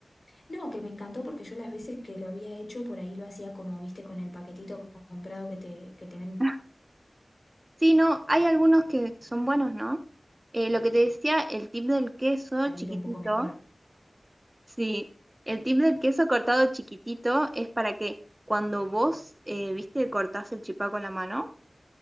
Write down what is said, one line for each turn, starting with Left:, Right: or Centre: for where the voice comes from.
Left: No, que me encantó porque yo las veces que lo había hecho, por ahí lo hacía como, viste, con el paquetito comprado que te, que te vende
Right: <laughs> Sí, no, hay algunos que, que son buenos, ¿no? Eh, lo que te decía, el tip del queso
Left: salir
Right: chiquitito,
Left: un poco mejor.
Right: Sí, el tip del queso cortado chiquitito es para que cuando vos, eh, viste, cortás el chipá con la mano,